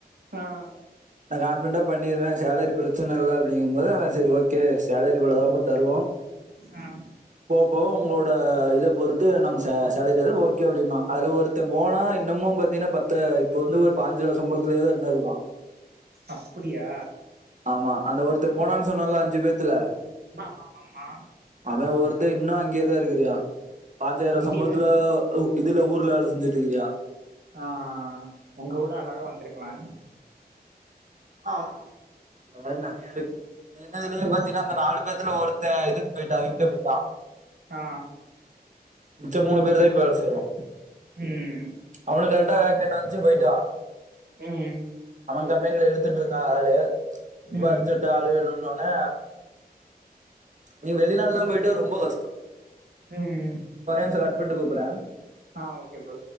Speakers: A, on the right; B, on the right.
A: அ அ
B: கான்ஃபிடன்ட்டா பண்ணிருவ சேலரி பிரச்சன இல்ல அப்படிங்கும்போது அதா செரி ஓகே சேலர் இவ்வளதாம்பா தருவோ
A: ஆ
B: போவ போவ உங்களோட இத பொறுத்து நாங்க சே சேலரிதரு ஓகே அப்படின்னோ அதுல ஒருத்தே போனா இன்னமு பாத்தின்னா பத்து இப்ப வந்து ஒரு பாஞ்சிருவா சம்பளத்துலேதா இன்னு இருக்கா
A: அப்படியா
B: ஆமா அந்த ஒருத்த போனான்னு சொன்னல்ல அஞ்சு பேர்த்துல
A: ஆமா ஆமா ஆமா
B: அனா ஒருத்த இன்னு அங்கேயே தா இருக்குறியா பாஞ்சாயிருவா
A: அங்கேயுமே
B: சம்பளத்துல ஊ இதுல ஊர்ல வேல செஞ்சுட்ருக்குறியா
A: ஆ உங்க கூட அழகா வந்துருக்கலா
B: ஆம்மா அந்த மாரி நெறையா இருக்கு <unintelligible> ய அந்த நாலு பேர்த்துல ஒருத்த இதுக் போய்ட்டா யூ கே போய்ட்டா
A: ஆ
B: மிச்ச மூணு பேரு தா இங்க வேல செய்றோ
A: ம்
B: அவுனுக் கரெட்டா வேகன்ட் வந்ச்சு போய்ட்டா
A: ம்
B: அவ கம்பெனில எடுத்துட்ருந்தா ஆளு ரொம்ப
A: ம்
B: அர்ஜேன்ட்டு ஆளு வேணு இன்னொன்னு நீ வெளிநாட் ல்லா போய்ட்டா ரொம்ப கஷ்டோ
A: ம்
B: நிம்சோ கட் பண்ட்டு கூப்பறே
A: ஆ ஓகே ப்ரோ